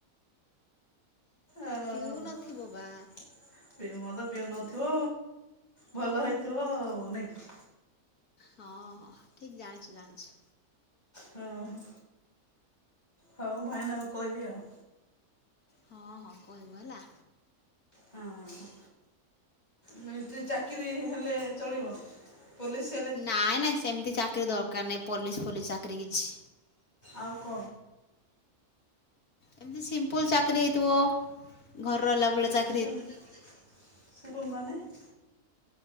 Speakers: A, on the left; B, on the left.
A: ଓ।
B: ପିଉନଥିବ
A: ସେ
B: ବା
A: ମଦ ପିଉ ନଥିବ। ଭଲ ହେଇଥିବ ଆଉ ନାଇଁ କି?
B: ହଁ ହଁ ଠିକ୍ ଜାଣିଛ, ଜାଣିଛି।
A: ହଁ। ହଉ ଭାଇନାକୁ କହିବି ଆଉ।
B: ହଁ, ହଁ କହିବ ହେଲା।
A: ହଁ, ହଁ। ମୁଁ ଏମିତିରେ ଚାକିରି ହେଲେ ଚଳିବ, ପୋଲିସ୍
B: ନାଇଁ ନାଇଁ ସେମିତି ଚାକିରୀ ଦରକାର ନାହିଁ ପୋଲିସ ଫୋଲିସ ଚାକିରି କିଛି।
A: ଆଉ କଣ?
B: ଏମିତି ସିମ୍ପଲୁ ଚାକିରି ହେଇଥିବ, ଘର ରହିଲା ଭଳିଆ ଚା
A: ସେମାନଙ୍କୁ ଦେଖୀ ଯାଇଥିଲି, କଉମାନେ?